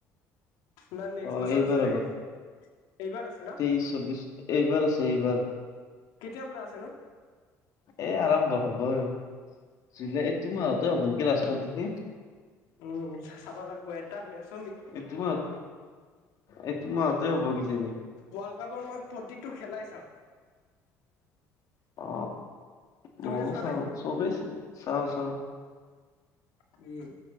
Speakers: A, on the left; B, on the left.
A: নে নাই নেক্সট
B: অ
A: বছৰ
B: এইবাৰ
A: আছে চাগে এইবাৰ আছে ন।
B: তিছ চৌবিশ এইবাৰ আছে এইবাৰ।
A: কেতিয়াৰ পৰা আছেনো।
B: এ আৰম্ভ হ'বই জুলাই এইটো মাহতে হ'ব নেকি লাষ্টত দিকি
A: উমঁ চাব লাগিব এটা মেচ।
B: এইটোমাহত এইটো মাহতে হ'ব কিজানি।
A: ৱৰ্ল্ড কাপৰ মই প্ৰতিটো খেলাই চাওঁ।
B: অ
A: তুমিও
B: ময়ো
A: চোৱা
B: চাওঁ
A: নে?
B: চবেই চাই চাওঁ চাওঁ।
A: উমঁ